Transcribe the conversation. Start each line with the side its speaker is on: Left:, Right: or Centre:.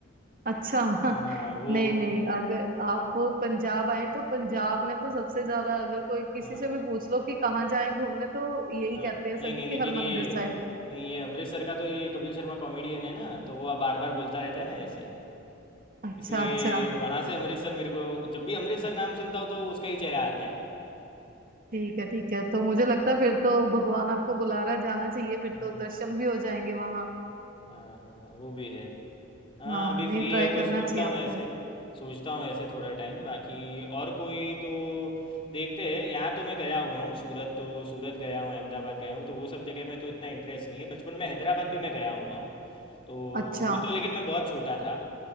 Right: अच्छा <laughs>
Left: हाँ वो
Right: नहीं नहीं अगर आप पंजाब आए तो पंजाब में तो सबसे ज्यादा अगर कोई किसी
Left: हाँ
Right: से
Left: हाँ
Right: भी पूछ लो कि कहाँ जाएं घूमने तो यही
Left: हाँ
Right: कहते हैं
Left: नहीं
Right: सभी
Left: नहीं
Right: कि
Left: लेकिन
Right: हरमंदिर
Left: ये
Right: साहिब
Left: नहीं ये अमृतसर का तो ये कपिल शर्मा कॉमेडियन है ना तो वो बार बार बोलता रहता है ना ऐसे
Right: अच्छा
Left: इसलिए
Right: अच्छा
Left: वहाँ से अमृतसर मेरे को जब भी अमृतसर नाम सुनता हूँ तो उसका ही चेहरा आता है
Right: ठीक है ठीक है तो मुझे लगता है फिर तो भगवान आपको बुला रहा है जाना चाहिए फिर
Left: हम्म,
Right: तो दर्शन भी हो जाएंगे वहां
Left: हाँ हाँ वो भी है हाँ
Right: हाँ
Left: अभी
Right: नहीं
Left: फ्री
Right: ट्राई
Left: है तो
Right: करना
Left: सोचता
Right: चाहिए
Left: हूँ
Right: आपको
Left: ऐसे सोचता हूँ ऐसे थोड़ा टाइम बाकी और कोई तो देखते हैं यहाँ तो मैं गया हुआ हूँ सूरत तो सूरत गया हूँ अहमदाबाद गया हूँ तो वो सब जगह में तो इतना इंटरेस्ट नहीं है बचपन में हैदराबाद भी मैं गया हुआ हूँ तो
Right: अच्छा
Left: वो तो लेकिन मैं बहुत छोटा था